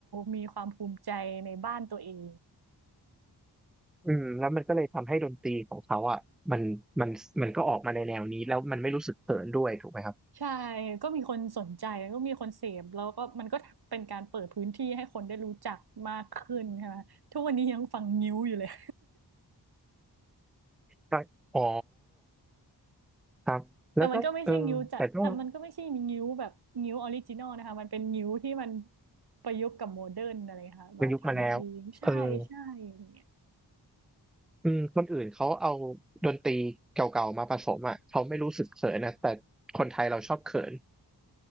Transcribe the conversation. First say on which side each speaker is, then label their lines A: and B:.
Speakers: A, on the right; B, in the centre.
A: มีความภูมิใจในบ้านตัวเอง
B: อืมแล้วมันก็เลยทำให้ดนตรีของเขาอ่ะมันมันมันก็ออกมาในแนวนี้แล้วมันไม่รู้สึกเขินด้วยถูกไหมครับ
A: ใช่ก็มีคนสนใจก็มีคนเสพแล้วก็มันก็เป็นการเปิดพื้นที่ให้คนได้รู้จักมากขึ้นใช่ไหมทุกวันนี้ยังฟังงิ้วอยู่เลย
B: ก็อ๋อครับแล้วก็เออแต่ต้อง
A: <laughs> แต่มันก็ไม่ใช่งิ้วจะแต่มันก็ไม่ใช่มีงิ้วแบบงิ้วออริจินอลนะคะมันเป็นงิ้วที่มันประยุกต์กับโมเดิร์นอะไรค่ะมาทำเพลงใช่ใช่อย่างเงี้ย
B: ประยุกต์มาแล้วเอออืมคนอื่นเขาเอาดนตรีเก่าๆมาผสมอ่ะเขาไม่รู้สึกเขินนะแต่คนไทยเราชอบเขิน